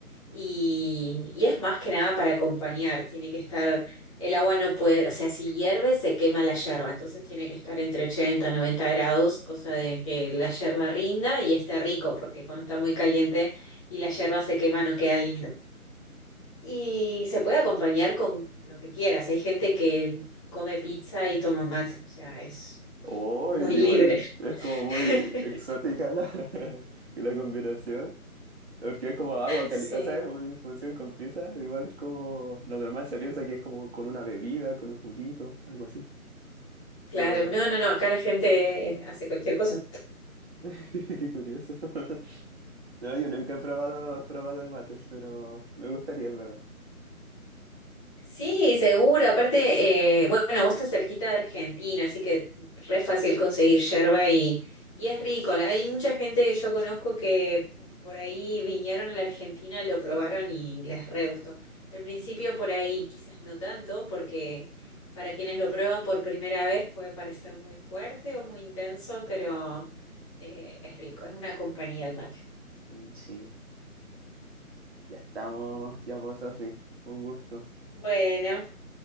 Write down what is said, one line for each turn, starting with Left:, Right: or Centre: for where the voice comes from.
Left: y, y es más que nada para acompañar, tiene que estar, el agua no puede, o sea, si hierve se quema la yerba, entonces tiene que estar entre 80 y 90 grados, cosa de que la yerba rinda y esté rico, porque cuando está muy caliente y la yerba se quema no queda lindo. Y se puede acompañar con lo que quieras, hay gente que come pizza y toma mate, o sea, es
Right: Oh,
Left: muy
Right: igual
Left: libre.
Right: es como muy
Left: <laughs>
Right: exótica la, <laughs> la combinación. Porque es como agua caliente,
Left: Sí,
Right: o sea, es una infusión con pizza, igual es como, lo normal se piensa que es como con una bebida, con un juguito, algo así,
Left: claro,
Right: pero
Left: no, no, no, acá la gente hace cualquier cosa.
Right: <laughs> qué curioso. <laughs> No, yo nunca he probado, probado el mate, pero me gustaría en verdad.
Left: Sí, seguro. Aparte, eh, bueno, vos estás cerquita de Argentina, así que re fácil conseguir yerba y, y es rico. La- Hay mucha gente que yo conozco que por ahí vinieron a la Argentina, lo probaron y les re gustó. Al principio por ahí quizás no tanto, porque para quienes lo prueban por primera vez puede parecer muy fuerte o muy intenso, pero eh, es rico, es una compañía el mate.
Right: Mm, Sí, ya estamos, ya vos, Sofi, un gusto.
Left: Bueno,